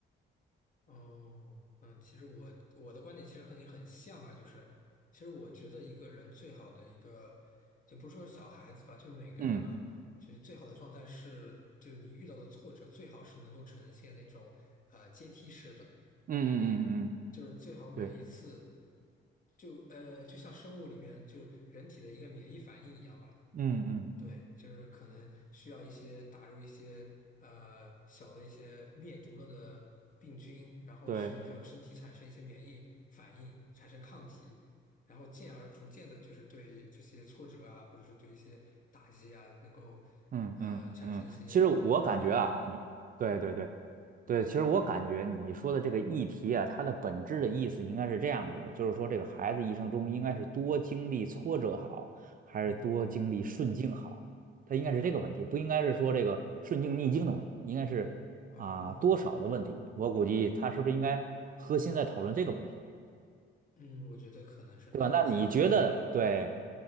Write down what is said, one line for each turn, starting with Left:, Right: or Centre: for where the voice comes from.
Left: 哦，嗯，其实我我的观点其实和你很像啊，就是其实我觉得一个人最好的一个，就不是说小孩子吧，就是每个人啊，
Right: 嗯
Left: 就是最好的状态是，就是你遇到的挫折最好是能够呈现那种啊、呃阶梯式的，
Right: 嗯嗯嗯嗯，
Left: 对，就是最好每一次
Right: 对，
Left: 就呃就像生物里边就是人体的一个免疫反应一样吧，
Right: 嗯嗯
Left: 对，就是可能需要一些打入一些呃小的一些灭毒了的病菌，然后去让身体产生一些免疫反应，
Right: 对。
Left: 产生抗体，然后进而逐渐的，就是对这些挫折啊，或者是对一些打击啊，能够
Right: 嗯嗯嗯，
Left: 呃产生一些免疫。
Right: 其实我感觉啊，你对对对对，其实我感觉你说的这个议题啊，它的本质的意思应该是这样子的，就是说这个孩子一生中应该是多经历挫折好，还是多经历顺境好？
Left: 嗯，
Right: 它应该是这个问题，不应该是说这个顺境逆境的问题，应该是啊、
Left: 哦，
Right: 多少的问题。我估计他是不是应该核心在讨论这个问题？
Left: 嗯，我觉得可能是。
Right: 对吧？
Left: 那那这样子的话，
Right: 那你觉得，对，